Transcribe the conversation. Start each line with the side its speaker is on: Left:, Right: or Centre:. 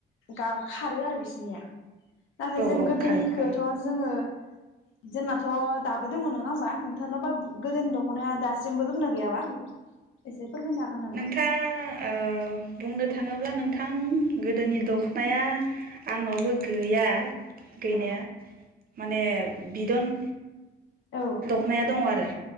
Left: गा खारो आरो बिसोरनिया नाथाय
Right: औ
Left: जों
Right: औ
Left: गोदोनिखौथ
Right: खारो खारो
Left: जोङो जोंनाथ दाबो दङ नङा होमबा नोंथांनाबा गोदोनि दख'नाया दासिमबो दंना गैयाबा एसे फोरमायनो हागोन नामा
Right: नोंथाङा ओ बुंनो थाङोब्ला नों थां गोदोनि दखनाया आंनावबो गैया गैनाया
Left: औ
Right: माने बिदन
Left: औ
Right: दखनाया दङ आरो